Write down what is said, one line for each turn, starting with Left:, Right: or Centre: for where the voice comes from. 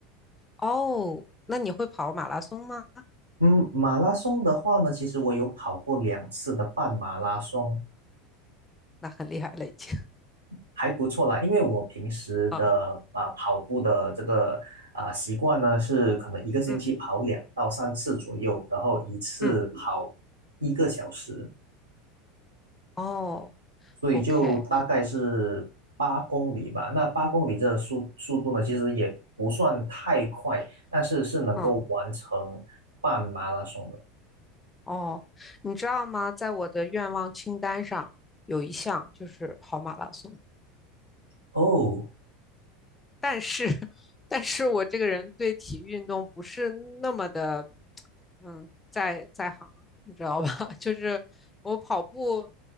Left: 哦，那你会跑马拉松吗？
Right: 嗯，马拉松的话呢，其实我有跑过两次的半马拉松，
Left: 那很厉害了已经
Right: 还不错啦。因为我平时的啊、
Left: 啊，
Right: 跑步的这个啊、习惯呢，是可能一个星期跑两到三次左右，
Left: <laughs> 嗯
Right: 然后一次跑一个小时。
Left: 嗯，哦
Right: 所以就大概是八公里吧。
Left: ，OK，
Right: 那八公里这速速度呢，其实也不算太快，但是是能够完成半马拉松的。
Left: 嗯哦，你知道吗？在我的愿望清单上有一项就是跑马拉松，
Right: 哦，
Left: 但是，但是我这个人对体育运动不是那么的，嗯，在在行，你知道吧？<laughs> 就是我跑步，